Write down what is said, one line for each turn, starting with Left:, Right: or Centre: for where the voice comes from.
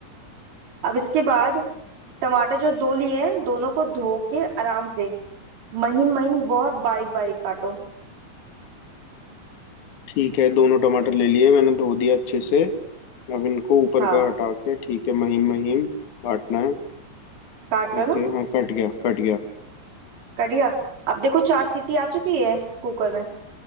Right: अब इसके बाद टमाटर जो दो लिए हैं दोनों को धो के आराम से महीन महीन बहुत बारीक बारीक काटो
Left: ठीक है दोनों टमाटर ले लिए मैंने धो दिया अच्छे से अब इनको ऊपर
Right: हाँ
Left: का हटा के ठीक है महीन महीन काटना है
Right: काट रहे
Left: ओके
Right: हो ना
Left: हाँ कट गया कट गया
Right: कट गया अब देखो चार सीटी आ चुकी है कुकर में